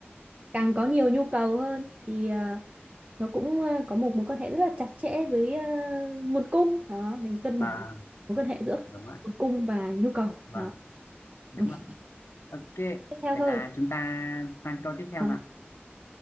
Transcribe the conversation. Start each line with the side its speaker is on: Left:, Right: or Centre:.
Right: càng có nhiều nhu cầu hơn thì ờ, nó cũng ờ, có một mối quan hệ rất là chặt chẽ với ờ, nguồn cung đó nên cân
Left: vâng,
Right: bản là mối quan hệ giữa
Left: đúng ạ,
Right: nguồn cung và nhu cầu
Left: vâng,
Right: đó
Left: đúng
Right: <laughs>
Left: ạ. Ok,
Right: tiếp theo
Left: vậy
Right: thôi
Left: là chúng ta sang câu tiếp theo
Right: Ờ,
Left: nào.